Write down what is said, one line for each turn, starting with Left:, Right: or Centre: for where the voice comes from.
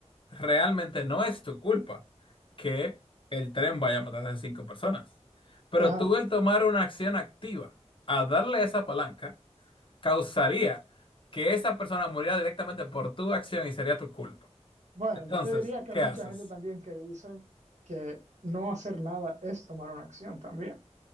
Left: realmente no es tu culpa que el tren vaya a matar a cinco personas. Pero
Right: Ajá.
Left: tú el tomar una acción activa a darle esa palanca causaría que esa persona muriera directamente por tu acción y sería tu culpa.
Right: Bueno,
Left: Entonces,
Right: yo te diría que
Left: ¿qué
Right: hay mucha
Left: haces?
Right: gente también que dice que no hacer nada es tomar una acción también.